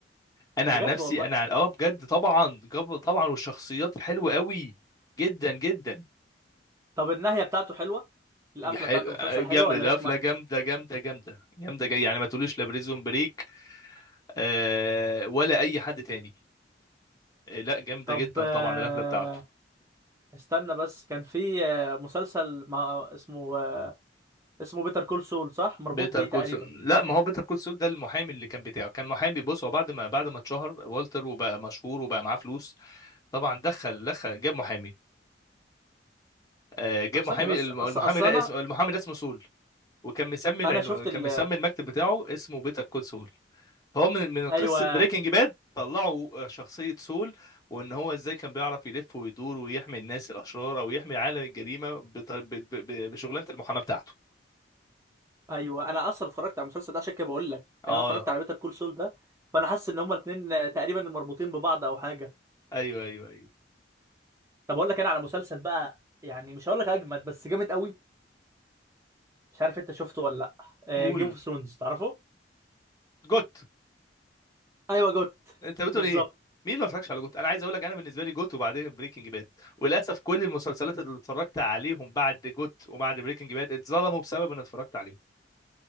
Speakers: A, on the left (about 20°); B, on the right (about 15°).
A: انا
B: بجد
A: عن نفسي
B: والله
A: انا عن اه بجد طبعا جاب- طبعا والشخصيات حلوه قوي جدا جدا
B: طب النهايه بتاعته حلوه القفله
A: حلو
B: بتاعت المسلسل حلوه
A: جامده
B: ولا
A: القفله
B: رخمه
A: جامده جامده جامده جامده جاي يعني ما تقوليش لا بريزون بريك آه، ولا اي حد تاني آه، لا جامده
B: طب
A: جدا
B: آه،
A: طبعا القفله بتاعته
B: استنى بس كان في آه، مسلسل ما اسمه اسمه بيتر كول سول صح مربوط
A: بيتر
B: بيه
A: كول
B: تقريبا
A: سول لا ما هو بيتر كول سول ده المحامي اللي كان بتاعه كان محامي بص هو بعد ما بعد ما اتشهر والتر وبقى مشهور وبقى معاه فلوس طبعا دخل دخل جاب محامي آه، جاب
B: طب ثانيه
A: محامي
B: بس
A: الم-
B: اصل
A: المحامي
B: اصل
A: ده
B: انا
A: اسمه المحامي ده اسمه سول وكان مسمي العنو...
B: انا شفت
A: كان
B: ال
A: مسمي المكتب بتاعه اسمه بيتر كول سول فهو من من قصه
B: ايوه
A: بريكنج باد طلعوا آه، شخصيه سول وان هو ازاي كان بيعرف يلف ويدور ويحمي الناس الاشرار او يحمي عالم الجريمه بط- ب- ب- ب- بشغلانه المحاماه بتاعته
B: ايوه انا اصلا اتفرجت على المسلسل ده عشان كده بقول لك
A: اه
B: يعني انا اتفرجت على بيتر كول سول ده فانا حاسس ان هما الاثنين تقريبا مربوطين ببعض او حاجه
A: ايوه ايوه ايوه
B: طب اقول لك انا على مسلسل بقى يعني مش هقول لك اجمد بس جامد قوي مش عارف انت شفته ولا لا
A: قول
B: جيم اوف ثرونز تعرفه
A: جوت
B: ايوه جوت
A: انت بتقول
B: بالظبط
A: ايه مين ما اتفرجش على جوت انا عايز اقول لك انا بالنسبه لي جوت وبعدين بريكنج باد وللاسف كل المسلسلات اللي اتفرجت عليهم بعد جوت وبعد بريكنج باد اتظلموا بسبب ان اتفرجت عليهم